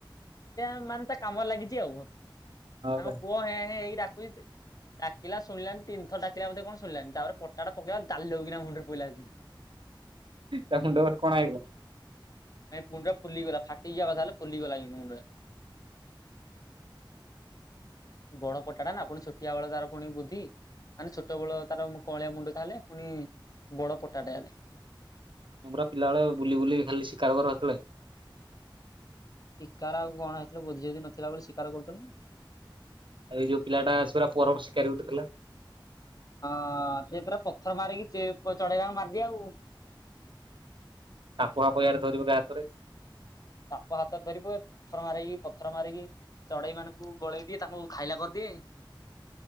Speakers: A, on the left; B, on the right.
A: <unintelligible> କାମ ଲାଗିଛି ଆଉ। ତାଙ୍କ
B: ପରା
A: ପୁଅ ହେଁ ହେଁ ଏଇ ା ଡାକିଲା ଶୁଣିଲାନି ତିିନି ଥର ଡାକିଲା ବୋଧେ କଣ ଶୁଣିଲାନି। ତାପରେ ପଟାଟା ପକେଇଲା ଡାଲଉକିନା ମୁଣ୍ଡରେ ପିଲ ଆ
B: ତା ମୁଣ୍ଡ <unintelligible> କଣା ହେଇଗଲା।
A: ମ ପୁଣି ଟା ଫୁଲିଗଲା ଫାଟି ଯିବା କଥା ହେଲେ, ଫୁଲିଗଲା କି ମୁଣ୍ଡ ଟା ବଡ ପଟାଟା ନା ପୁଣି ଛୋଟିଆ ବେଳ ତାର ପୁଣି ବୁଦ୍ଧି ମାନେ ଛୋଟ ବେଳ ତାର କଳିଆ ମୁଣ୍ଡ ତାହେଲେ ପୁଣି ବଡ ପଟାଟା
B: ତ ପରା ପିଲାବେଳେ ବୁଲି ବୁଲି ଖାଲି ଶିକାର କର ସେତେଳେ
A: ଶିକାର ଆଉ କଣ ହେଇଥିଲ ବୋଧି ଯଧି ନଥିଲା ବୋଲି ଶିକାର କରୁଥିଲ ନା
B: ଆଉ ଏଇ ଯୋଉ ପିଲାଟା ସେ ପରା <unintelligible> ଶିକାରୀ ଗୋଟେ ଥିଲା।
A: ହଁ ସେପ ପଥର ମାରିକି ଚଢେଇବାଙ୍କୁ ମାରିଦି ଆଉ।
B: ଆପୁଆପଆରେ ଧରିବୁ ଗା ହାତରେ
A: ତାପ ହାତ ଧରି ପୁଏ ପଥର ମାରକି ପଥର ମାରିକି ଚଢେଇ ମାନଙ୍କୁ ଗୋଳେଇ ଦିଏ ତାଙ୍କୁ ଖାଇଲା କରିଦିଏ